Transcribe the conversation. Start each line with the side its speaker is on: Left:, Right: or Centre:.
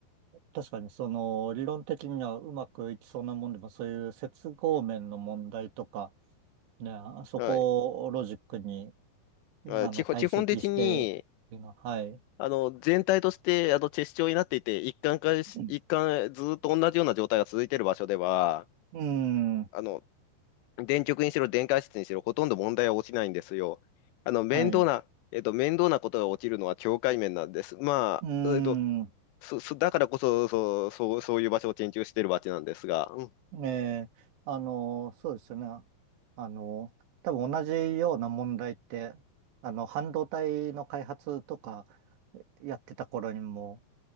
Right: 確かに、その、理論的にはうまくいきそうなもんでも、そういう接合面の問題とか、ね、あそこをロジックに、
Left: はい。あ基本、
Right: あの、解析して、
Left: 基本的に、
Right: いうのは、はい。
Left: あの、全体として、あの、チェス状になっていて、一貫化し、
Right: うん。
Left: 一貫、ずーっと同じような状態が続いている場所では、
Right: うん
Left: あの、電極にしろ、電解質にしろ、ほとんど問題は落ちないんですよ。あの、面倒な、
Right: はい。
Left: えっと、面倒なことが起きるのは境界面なんです。まあ、
Right: うん。
Left: えっと、そ、そ、だからこそ、そう、そう、そういう場所を研究しているわけなんですが、うん、
Right: ええ、あの、そうですよね。あの、多分同じような問題って、あの、半導体の開発とかやってた頃にも、